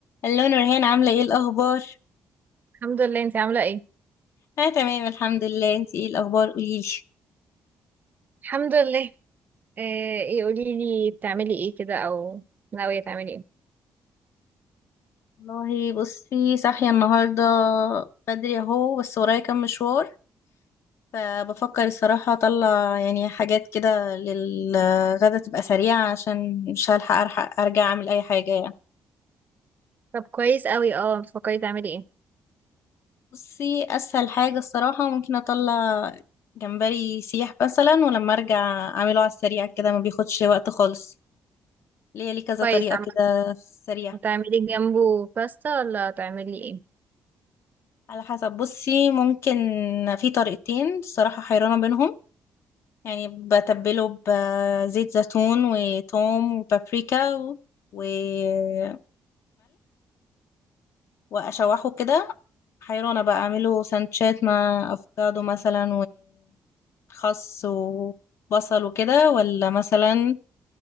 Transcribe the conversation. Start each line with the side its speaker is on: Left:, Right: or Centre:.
Left: الو نورهان عاملة ايه الأخبار؟
Right: الحمد لله انت عاملة ايه
Left: أنا تمام الحمد لله انتي ايه الأخبار قوليلي
Right: الحمد لله آه، ايه قولي لي بتعملي ايه كده او ناوية تعملي ايه
Left: والله بصي صاحية النهاردة بدري اهو بس ورايا كام مشوار فبفكر الصراحة أطلع يعني حاجات كده للغدا تبقى سريعة عشان مش هلحق ألحق أرجع أعمل أي حاجة يعني
Right: طب كويس قوي اه بتفكري تعملي ايه
Left: بصي أسهل حاجة الصراحة ممكن أطلع جمبري سيح مثلا ولما أرجع أعمله على السريع كده ما بياخدش وقت خالص ليا لي كذا
Right: كويس
Left: طريقة
Right: عامة
Left: كده سريعة
Right: هتعملي جنبه باستا ولا هتعملي ايه
Left: على حسب بصي ممكن في طريقتين الصراحة حيرانة بينهم يعني بتبله بزيت زيتون وتوم وبابريكا و- وملح وأشوحه كده حيرانة بقى أعمله سانشات مع أفوكادو مثلا وخس وبصل وكده ولا مثلا